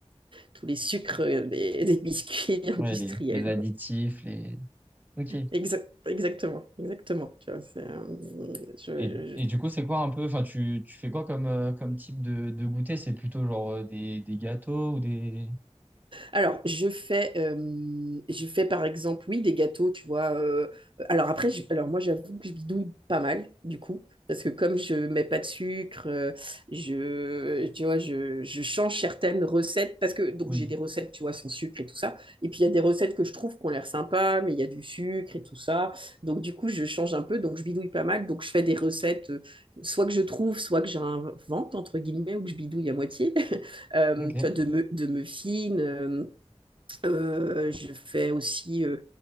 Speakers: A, on the right; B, on the right.
A: tous les sucres euh, des, des biscuits <laughs> industriels.
B: Ouais, les, les additifs, les... Ok.
A: Exa- exactement, exactement. Tu vois, c'est, euh, je,
B: Et, et
A: je-
B: du coup, c'est quoi un peu... Enfin, tu, tu fais quoi comme, euh, comme type de, de goûter? C'est plutôt genre euh, des, des gâteaux ou des...
A: Alors, je fais, euh, je fais par exemple, oui, des gâteaux, tu vois. euh, alors après, je- alors moi, j'avoue que je bidouille pas mal, du coup, parce que comme je mets pas de sucre, euh, je, tu vois, je, je change certaines recettes, parce que donc
B: Oui.
A: j'ai des recettes, tu vois, sans sucre et tout ça. Et puis il y a des recettes que je trouve qu'on ont l'air sympa, mais il y a du sucre et tout ça. Donc du coup, je change un peu, donc je bidouille pas mal. Donc je fais des recettes, euh, soit que je trouve, soit que j'invente entre guillemets, ou que je bidouille à moitié, <laughs> euh,
B: Ok,
A: tu vois, de me, de me fine. euh, euh, je fais aussi euh,